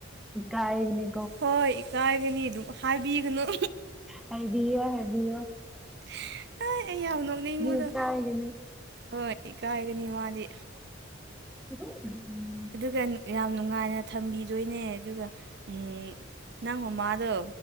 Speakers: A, in the centre; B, on the right.
A: ꯏꯀꯥꯏꯒꯅꯤ
B: ꯍꯣꯏ ꯏꯀꯥꯏꯒꯅꯤ <unintelligible> ꯍꯥꯏꯕꯤꯒꯅꯨ
A: ꯍꯥꯏꯕꯤꯔꯣꯏ ꯍꯥꯏꯕꯤꯔꯣꯏ
B: <unintelligible> ꯑꯩ ꯌꯥꯝ ꯅꯣꯛꯅꯤꯡꯕꯗꯣ
A: ꯏꯀꯥꯏꯒꯅꯤ
B: ꯍꯣꯏ ꯏꯀꯥꯏꯒꯅꯤ ꯃꯥꯗꯤ
A: <unintelligible>
B: ꯑꯗꯨꯒ ꯌꯥꯝ ꯅꯨꯡꯉꯥꯏꯅ ꯊꯝꯕꯤꯗꯣꯏꯅꯦ ꯑꯗꯨꯒ ꯎꯝ ꯅꯪ ꯃꯃꯥꯗꯨ